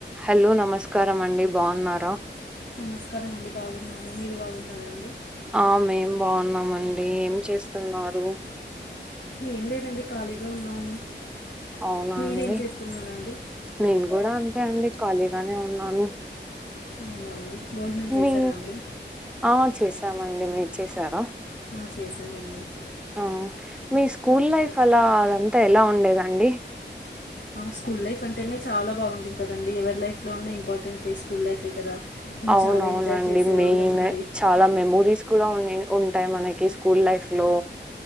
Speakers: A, in the centre; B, on the left.
A: Hello నమస్కారం అండి బాగున్నారా
B: నమస్కారం అండి బాగున్నాము మీరు బాగున్నారా అండి
A: ఆ మేం బాగున్నామండి ఏం చేస్తున్నారు
B: ఏం లేదండి ఖాళీగా ఉన్నాము
A: అవునా
B: మీరేం
A: అండి
B: చేస్తున్నారండి
A: నేను కూడా అ లేదండి ఖాళీగానే ఉన్నాను
B: అవునా అండి భోజనం చేశారా
A: మీ
B: అండి
A: ఆ చేస్ తామండి మీరు చేశార
B: ఆ చేశామండి
A: ఆ మీ స్కూల్ లైఫ్ అలా అదంతా ఎలా ఉండేదండి
B: స్కూల్ లైఫ్ అంటేనే చాలా బాగుంటాంది కదండి ఎవరి లైఫ లో ఉన్న ఇంపార్టె స్కూల్ లైఫే కదా మేము
A: అవున
B: చాలా
A: అవునండి
B: ఎంజాయ్ చేసేవాళ్ళమండి
A: మెయిన్ చాలా మెమోరీస్ కూడా ఉన్నా ఉంటాయి మనకి స్కూల్ లైఫ్ లో